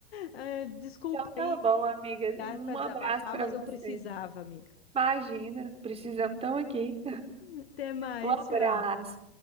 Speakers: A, on the left; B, on the right.
A: Ah, Desculpa
B: Então tá
A: aí
B: bom,
A: de,
B: amiga.
A: de ligar
B: Um
A: para desabafar,
B: abraço pra
A: mas
B: você.
A: eu precisava, amiga.
B: Imagina, precisamos, estamos aqui.
A: Até mais,
B: Um abraço.
A: tchau.